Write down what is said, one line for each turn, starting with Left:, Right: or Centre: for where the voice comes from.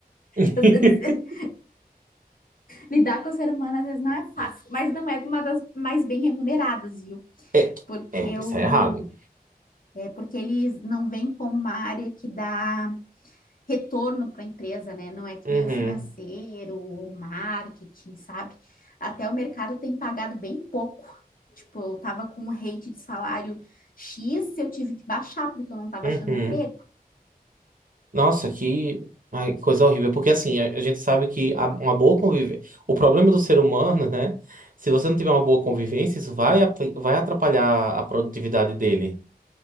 Right: <laughs>
Left: vezes, lidar com o ser humano às vezes não é fácil, mas não é uma das mais bem remuneradas, viu?
Right: É,
Left: Porque
Right: é, isso
Left: o,
Right: é errado.
Left: é porque eles não veem como uma área que dá retorno para a empresa, né? Não é que
Right: Uhum,
Left: nem o financeiro ou o marketing, sabe? Até o mercado tem pagado bem pouco. Tipo, eu tava com um rate de salário X, eu tive que baixar porque eu não tava
Right: uhum.
Left: achando emprego.
Right: Nossa, que ai, coisa horrível. Porque assim, a, a gente sabe que a- uma boa convivência. O problema do ser humano, né? Se você não tiver uma boa convivência, isso vai, ap- vai atrapalhar a produtividade dele.